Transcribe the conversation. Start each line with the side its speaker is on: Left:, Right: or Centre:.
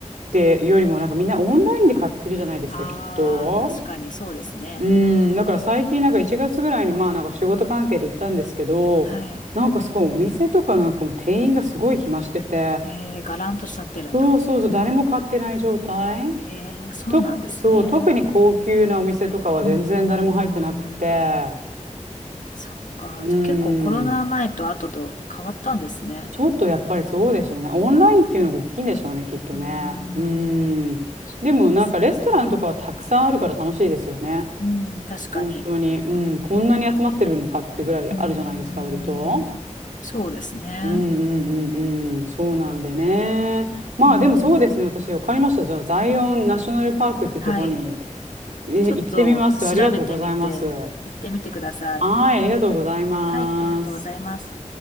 Right: ってよりもなんかみんなオンラインで買ってるじゃないですか、
Left: ああ、
Right: きっと。
Left: 確かにそうですね。
Right: うん、だから最近なんか1月ぐらいにまあなんか仕事関係で行ったんですけど、
Left: はい。
Right: なんかすごいお店とかなんかもう店員がすごい暇してて、
Left: えー、がらんとしちゃってるんだ。
Right: そうそうそう、誰も買ってない状態
Left: えー、そうなんですね。
Right: と、そう、特に高級なお店とかは全然誰も入ってなくて、
Left: うーん。そっか。
Right: うん、
Left: じゃあ結構コロナ前と後と変わったんですね。
Right: ちょっとやっぱりそうでしょうね。オンラインっていうのが大きいんでしょうね、きっとね。
Left: うーん。
Right: うん。
Left: そうですね。
Right: でもなんかレストランとかはたくさんあるから楽しいですよね。
Left: うん、確かに。
Right: 本当に、うん、こんなに集まってるのかってぐらいあるじゃないですか、
Left: うーん。
Right: 割と。
Left: そうですね。
Right: うんうんうんうん、そうなんでね。まあでもそうですね、
Left: うん。
Right: 私分かりました。じゃあ、ザイオンナショナルパークってとこに、
Left: はい。
Right: え、
Left: ちょっと調べてみて、
Right: 行ってみます。ありがとうございます。
Left: 行ってみてください。
Right: はい、ありがとうございます。
Left: はい、ありがとうございます。